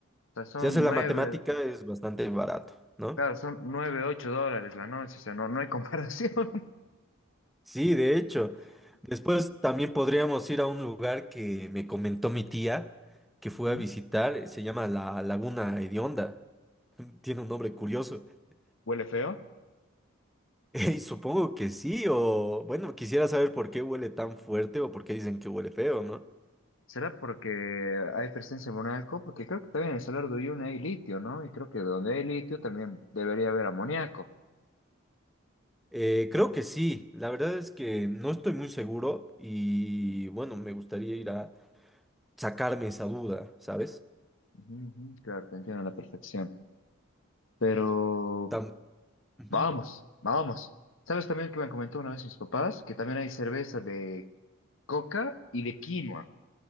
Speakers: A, on the left; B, in the centre.
A: sea, son
B: si haces la
A: nueve.
B: matemática es bastante barato, ¿no?
A: Claro, son 9 8 dólares la noche, o sea, no, no hay comparación.
B: Sí, de hecho. Después también podríamos ir a un lugar que me comentó mi tía
A: <laughs>
B: que fue
A: ¿Mm?
B: a visitar, eh, se llama la Laguna Hedionda. <laughs> Tiene un nombre curioso. <laughs>
A: ¿Huele feo?
B: Y supongo que sí, o bueno, quisiera saber por qué huele tan fuerte o por qué dicen que huele feo, ¿no?
A: ¿Será porque hay presencia de monaco? Porque creo que también en el Salar de Uyuni hay litio, ¿no? Y creo que donde hay litio también debería haber amoníaco.
B: Eh, creo que sí, la verdad es que no estoy muy seguro y bueno, me gustaría ir a sacarme esa duda, ¿sabes?
A: Ujú, ujú, Claro, te entiendo a la perfección. Pero
B: Tam- Ujú.
A: vamos, vamos. ¿Sabes también que me comentó una vez mis papás? Que también hay cerveza de coca y de quinoa.